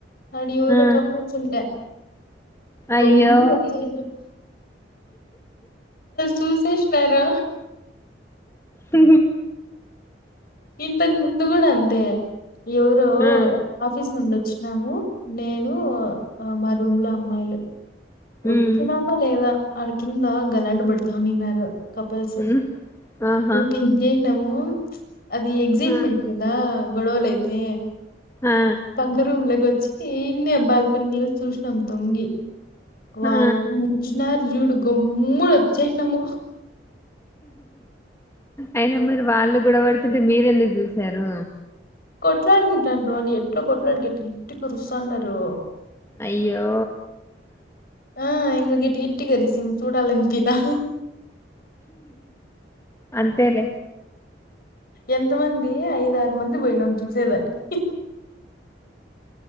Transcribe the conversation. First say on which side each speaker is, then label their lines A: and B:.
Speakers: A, on the left; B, on the left.
A: అడి
B: ఆ
A: ్రకప్పుడు చ గమ్మున
B: అయ్యో
A: వచ్చి చూసేసిన్నారు
B: హ
A: ఇంతకు ముందు కూడా అంతే బ ఎవరో
B: ఆ
A: ఆఫీస్ నుండొచ్చు ము నేను మా రూమ్ లో అమ్మాయిలు వచ్చినామా
B: ఉమ్
A: లేదా వాళ్ళ కింద గలాడ్బడతానిన్నారు కపల్స్
B: ఉమ్ ఆహా
A: మేక ఎం చేసినము పో అది ఎక్సైట్మెంట్
B: ఆ
A: కందా గడవలు అయితే
B: ఆ
A: పక్క రూమ్ లకు వా వచ్చి ఇన్నే బాల్కనీలో చూసినాం తొంగి వాళ్ళు
B: ఆ
A: పూషన్నారు జూడు గమ్మున వచ్చేసినాము
B: అయినా మరి వాళ్ళు గొడవడుతుంటే మీరెందుకు చూస్ సరూ
A: కొట్లాడుకుంటున్నారు ఎట్ల కొట్లాడి గట్టి గట్టిగా అరుస్తన్నారు
B: అయ్యో
A: ఆ ఇంగ గట్టి గట్టిగా అరిసి ఇంగ చూడాలి అనిపిదా
B: అంతేలే
A: ఎంత మంది ఐదారు మంది పోయినాం చూసేదానికి